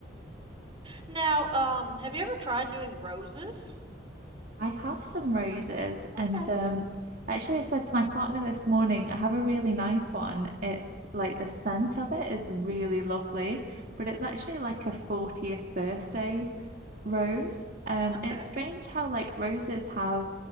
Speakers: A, on the right; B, on the right.
A: now, um, have you ever tried doing roses?
B: I have some roses, and
A: Okay.
B: um, actually, I said to my partner this morning, I have a really nice one. It's like the scent of it is really lovely, but it's actually like a 40th birthday rose. Um,
A: Okay.
B: it's strange how like roses have